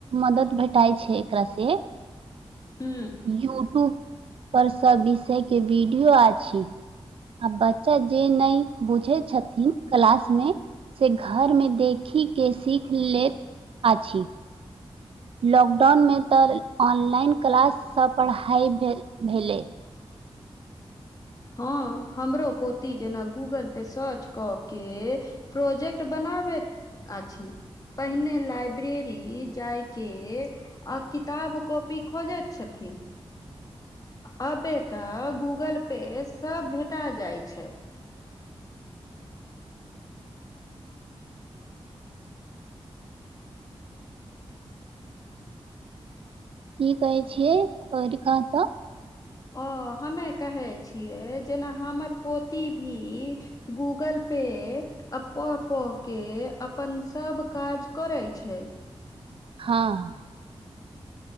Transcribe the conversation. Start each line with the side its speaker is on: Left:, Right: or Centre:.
Right: मदद भेटाइ छै एकरासँ।
Left: हू
Right: यूट्यूब पर सभ विषयके वीडियो अछि। आ बच्चा जे नहि बुझैत छथिन क्लासमे। से घरमे देखि कऽ सीखि लैत अछि। लॉकडाउनमे तऽ ऑनलाइन क्लाससँ पढ़ाइ भेलै।
Left: हँ, हमरो पोती जेना गूगल पर सर्च कऽ के। प्रोजेक्ट बनाबै अछि। पहिने लाइब्रेरी जाय के। आ किताब कॉपी खोजैत छथिन। आब तऽ गूगल पर सभ भेटि जाइत छै।
Right: की कहै छियै? करऽ कहऽ तऽ।
Left: ओ हमे कहै छियै, जेना हमर पोती भी। गूगल पे अप्पन सभ काज अपने करै छै।
Right: हँ